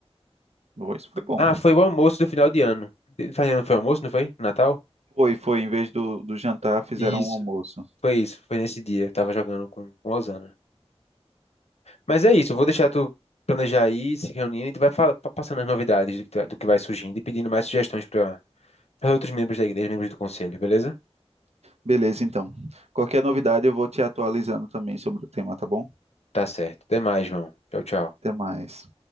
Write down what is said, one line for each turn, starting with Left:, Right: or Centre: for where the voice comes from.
Right: Bom, Isso foi bom.
Left: Ah, foi o almoço do final de ano. Final de ano foi almoço, não foi? Natal?
Right: Foi, foi. Em vez do, do jantar, fizeram
Left: Isso,
Right: um almoço.
Left: foi isso. Foi nesse dia. Eu tava jogando com, com o Osana. Mas é isso, eu vou deixar tu planejar aí, se reunindo, e tu vai fa- pa- passando as novidades do que, tá- do que vai surgindo e pedindo mais sugestões para outros membros da igreja, membros do conselho, beleza?
Right: Beleza, então. Qualquer novidade, eu vou te atualizando também sobre o tema, tá bom?
Left: Tá certo. Até mais, João. Tchau, tchau.
Right: Até mais.